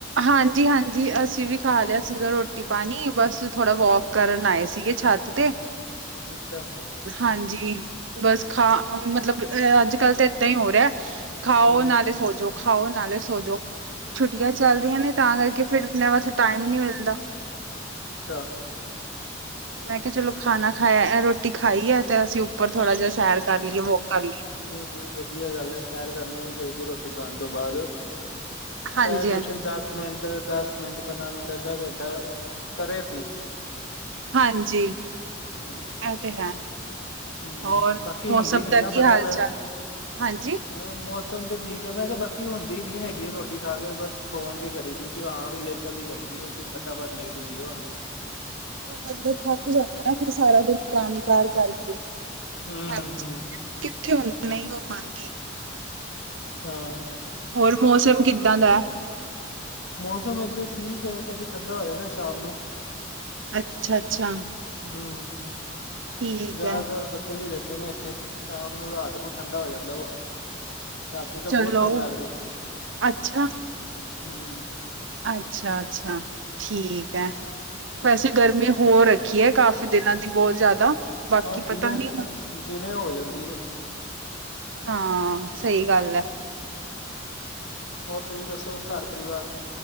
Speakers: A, on the right; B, on the left.
A: ਹਾਂਜੀ-ਹਾਂਜੀ, ਅਸੀਂ ਵੀ ਖਾ ਲਿਆ ਸੀਗਾ ਰੋਟੀ-ਪਾਣੀ, ਬਸ ਥੋੜ੍ਹਾ ਵੋਕ ਕਰਨ ਆਏ ਸੀਗੇ, ਛੱਤ 'ਤੇ।
B: ਅੱਛਾ।
A: ਹਾਂਜੀ, ਬਸ ਖਾ ਮਤਲਬ ਅੱਜ-ਕੱਲ੍ਹ ਤਾਂ ਏਦਾਂ ਹੀ ਹੋ ਰਿਹਾ ਖਾਓ
B: ਹਮ
A: ਨਾਲੇ ਸੌਜੋ, ਖਾਓ ਨਾਲੇ ਸੌਜੋ। ਛੁੱਟੀਆਂ ਚੱਲ ਰਹੀਆਂ ਨੇ, ਤਾਂ ਕਰਕੇ ਫਿਰ ਆਪਣੇ ਵਾਸਤੇ ਟਾਈਮ ਹੀ ਨਹੀਂ ਮਿਲਦਾ।
B: ਅੱਛਾ।
A: ਮੈਂ ਕਿਹਾ ਚਲੋ ਖਾਣਾ ਖਾਇਆ, ਰੋਟੀ ਖਾਈ ਹੈ ਤੇ ਅਸੀਂ ਉੱਪਰ ਥੋੜ੍ਹਾ ਜਿਹਾ ਸੈਰ ਕਰ ਲਈਏ ਵੋਕ ਕਰ ਲਈਏ
B: ਨਹੀਂ-ਨਹੀਂ ਵਧੀਆ ਗੱਲ ਹੈ, ਸੈਰ ਕਰਨੀ ਵੀ ਚਾਹੀਦੀ ਰੋਟੀ ਖਾਣ ਤੋਂ ਬਾਅਦ।
A: ਹਾਂਜੀ
B: ਚਾਹੇ
A: ਹਾਂਜੀ
B: ਬੇਸ਼ੱਕ ਦਸ ਮਿੰਟ, ਦਸ ਮਿੰਟ ਪੰਦਰਾਂ ਮਿੰਟ, ਅੱਧਾ ਘੰਟਾ ਕਰੇ ਸਹੀ।
A: ਹਾਂਜੀ,
B: ਹੂੰ
A: ਇਹ 'ਤੇ ਹੈ।
B: ਹੂੰ
A: ਹੋਰ
B: ਬਾਕੀ ਹੁੰਦੀ
A: ਮੌਸਮ
B: ਨੀ
A: ਦਾ
B: ਨਾ
A: ਕੀ
B: ਬੰਦਾ
A: ਹਾਲ-ਚਾਲ,
B: ਫੇਰ
A: ਹਾਂਜੀ?
B: ਹਾਂ, ਮੌਸਮ ਤੇ ਠੀਕ ਹੈ। ਮੈਂ ਕਿਹਾ ਬਾਕੀ ਹੁੰਦੀ ਨੀ ਹੈਗੀ, ਰੋਟੀ ਖਾ ਕੇ ਬਸ ਸੋਨ ਦੀ ਕਰੀ ਦੀ, ਕਿ ਹਾਂ ਵੀ ਲੇਟ ਦੀ ਕਰੀਦੀ ਏ, ਕਿ ਫਟਾਫਟ ਲੇਟ ਜੀਏ ਹੁਣ।
A: ਬੰਦਾ ਥੱਕ ਜਾਂਦਾ ਨਾ ਫਿਰ, ਸਾਰਾ ਦਿਨ ਕੰਮ-ਕਾਰ ਕਰਕੇ,
B: ਹੂੰ
A: ਥੱਕ
B: ਹੂੰ ਹੂੰ
A: ਕਿੱਥੇ ਹੁੰਦੀ, ਨਹੀਂ ਹੋ ਪਾਉਂਦੀ।
B: ਹਾਂ।
A: ਹੋਰ ਮੌਸਮ ਕਿੱਦਾਂ ਦੈ?
B: ਮੌਸਮ ਇੱਥੇ ਠੀਕ ਹੈ, ਕਦੇ ਠੰਡਾ ਹੋ ਜਾਂਦਾ ਸ਼ਾਮ ਨੂੰ।
A: ਅੱਛਾ-ਅੱਛਾ।
B: ਹਮ।
A: ਠੀਕ
B: ਜ਼ਿਆਦਾਤਰ
A: ਐ।
B: ਬੱਦਲ ਹੀ ਰਹਿੰਦੇ ਨੇ ਇੱਥੇ, ਸ਼ਾਮ ਨੂੰ-ਰਾਤ ਨੂੰ ਠੰਡਾ ਹੋ ਜਾਂਦਾ ਵਾ। ਰਾਤੀਂ ਤਾਂ ਬਹੁਤ
A: ਚਲੋ
B: ਠੰਢ ਲੱਗ ਰਹੀ,
A: ਅੱਛਾ,
B: ਹਮ।
A: ਅੱਛਾ-ਅੱਛਾ, ਠੀਕ ਹੈ। ਵੈਸੇ ਗਰਮੀ ਹੋ ਰੱਖੀ ਹੈ, ਕਾਫੀ ਦਿਨਾਂ ਦੀ ਬਹੁਤ ਜ਼ਿਆਦਾ। ਬਾਕੀ
B: ਹਾਂ
A: ਪਤਾ
B: ਦਿਨੇ,
A: ਨੀ ਹੁਣ
B: ਦਿਨੇ ਹੋ ਜਾਂਦੀ ਹੈ।
A: ਹਾਂ, ਸਹੀ ਗੱਲ ਹੈ।
B: ਹਮ, ਹੋਰ ਤੁਸੀਂ ਦੱਸੋ ਘਰ-ਪਰਿਵਾਰ?